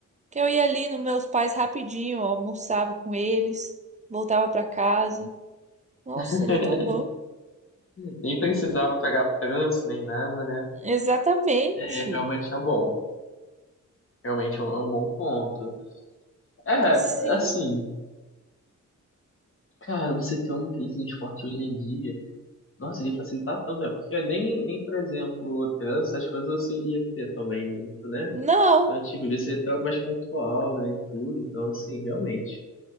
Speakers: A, on the right; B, on the left.
A: Que eu ia ali nos meus pais rapidinho, almoçava com eles, voltava pra casa. Nossa,
B: <laughs>
A: seria tão bom.
B: Nem precisava pegar trânsito, nem nada, né?
A: Exatamente.
B: É, realmente é bom. Realmente é um, é um bom ponto. É,
A: Sim.
B: assim, cara, você ter um teletransporte hoje em dia, nossa, iria facilitar tanto, né? Porque nem, nem, por exemplo, o trânsito, essas coisas você iria ter também muito, né?
A: Não,
B: Então, tipo, ia ser algo mais pontual, né, e tudo. Então, assim, realmente.